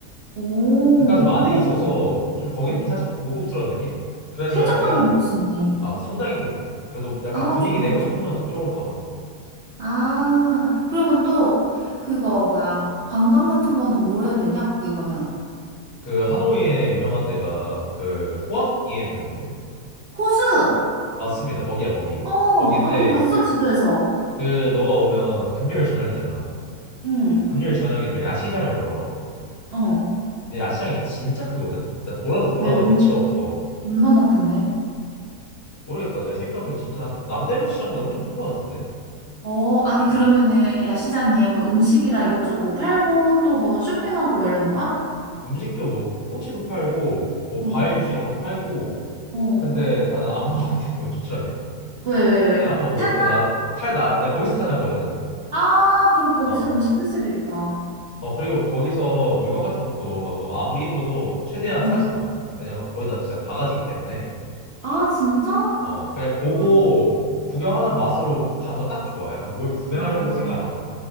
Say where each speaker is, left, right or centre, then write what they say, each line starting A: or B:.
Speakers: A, on the right; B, on the left.
A: 오,
B: 백화점 안에
A: 그런 것도
B: 있어서
A: 좋아.
B: 좀 거기는
A: 응.
B: 좀 살짝 고급스러운 느낌? 그래서
A: 쾌적하게
B: 약간
A: 먹을 수 있네.
B: 아 상당히 개좋게. 그러니까 너 약간
A: 아,
B: 분위기
A: 좋아,
B: 내고
A: 좋아.
B: 싶으면 그쪽으로 가면 돼.
A: 아, 그러면 또 그거 뭐야? 관광 같은 거는 뭘 해야 되냐? 거기 가면.
B: 그 하노이에 유명한 데가 그 호황기엠이라고 있거든.
A: 호수!
B: 맞습니다. 거기야 거기.
A: 어,
B: 거긴데
A: 아, 그거 봤어, 지도에서.
B: 그 너가 오면 금요일 저녁이잖아.
A: 응,
B: 금요일 저녁에 또 야시장을 열어.
A: 어.
B: 근데 야시장이 진짜 크거든? 진짜 돌아도 돌아도
A: 왜, 얼-
B: 끝이 없어.
A: 얼마나 큰데?
B: 모르겠다. 내 생각에 진짜 한- 남대문 시장보다 훨씬 큰 것 같은데.
A: 어, 아니, 그러면은
B: 음.
A: 야시장에 막 음식이랑 이것저것 뭐 팔고 또 뭐 쇼핑하고 막 이러는 거야?
B: 음. 식도 뭐 꼬치도 팔고 뭐
A: 어,
B: 과일 주스 이런 것도 팔고.
A: 어.
B: 근데 나는 안 먹는 걸 추천해.
A: 왜, 왜, 왜?
B: 내가 한번 먹고
A: 탈나?
B: 나 탈 나 나 거기서 탈 난 거야 나는.
A: 아, 그럼 거기서
B: 어.
A: 음식 패스해야 되겠다.
B: 어 그리고 거기서 물건 같은 것도 막 너가 아무리 예뻐도 최대한 사지
A: 응.
B: 마. 왜냐면 거의 다 진짜 바가지기 때문에.
A: 아, 진짜?
B: 어 그냥 보고
A: 어.
B: 구경하는 맛으로 가면 딱 좋아. 약간 뭘 구매하려고
A: 아.
B: 생각 안 하면 돼.